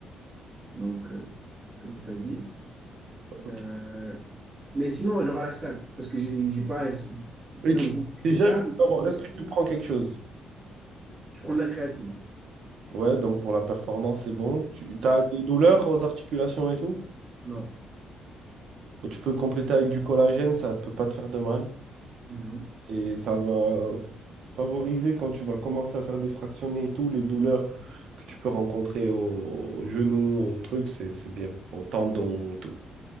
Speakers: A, on the right (about 30°); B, on the right (about 70°).
A: Donc, euh, comme tu as dit.
B: Ok.
A: Euh, Mais sinon, j'aurai la salle, parce que j'ai j'ai pas. Donc,
B: Et tu...
A: je
B: déjà,
A: je parle,
B: je veux
A: mais
B: savoir,
A: aussi,
B: est-ce que tu prends quelque chose?
A: je prends de la créatine.
B: Ouais, donc pour la performance, c'est bon. Tu as
A: Ouais.
B: des douleurs aux articulations et tout?
A: Non.
B: Bah, Tu peux compléter avec du collagène, ça peut pas te faire de mal.
A: Mhm.
B: Et ça va favoriser quand tu vas commencer à faire des fractionnés et tout, les douleurs que tu peux rencontrer au, au genou, au truc, c'est c'est bien, au tendon, au tout.